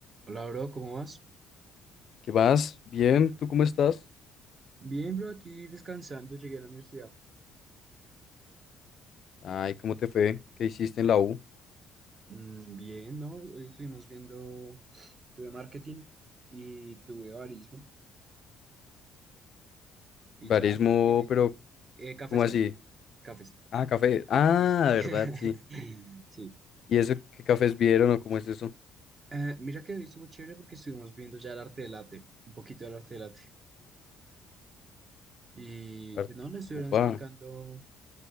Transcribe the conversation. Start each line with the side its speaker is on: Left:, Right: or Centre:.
Right: Hola, bro, ¿cómo vas?
Left: ¿Qué más? Bien, ¿tú cómo estás?
Right: Bien, bro, aquí descansando, llegué a la universidad.
Left: Ay, ¿cómo te fue? ¿Qué hiciste en la U?
Right: Mm, bien, ¿no? Hoy estuvimos viendo, tuve marketing y tuve barismo y
Left: Barismo,
Right: ya, tranquilito.
Left: pero
Right: Eh, cafés,
Left: ¿cómo
Right: cafés,
Left: así?
Right: cafés.
Left: Ah, café. Ah,
Right: Sí, sí,
Left: verdad,
Right: sí.
Left: sí.
Right: <laughs> Sí.
Left: ¿Y eso qué cafés vieron o cómo es eso?
Right: Eh, mira que hoy estuvo chévere porque estuvimos viendo ya el arte del latte, un poquito del arte del latte. Y
Left: Art-
Right: pues no, nos estuvieron
Left: Upa.
Right: explicando